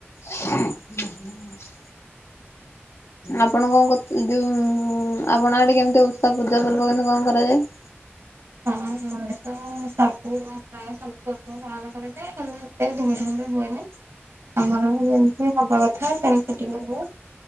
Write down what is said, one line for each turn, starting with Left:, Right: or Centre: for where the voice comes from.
Left: ହଁ ହଁ <unintelligible> ଆପଣ କଣ କ ଯୋଉ ଆପଣ ଆଡେ କେମିତି ଓଷା ପୂଜା ପର୍ବ କେମିତି କଣ କରାଯାଏ <inaudible>
Right: ହଁ ଆମ ଆଡେ ତ। ସବୁ ପ୍ରାୟ ସବୁ ପର୍ବ ପାଳନ କରାଯାଏ ହେଲେ ଏତେ ଧୁମ୍ ଧାମରେ ହୁଏନି। ଆମର ଯେମିତି ହବା କଥା ସେମିତି ଟିକେ ହୁଏ।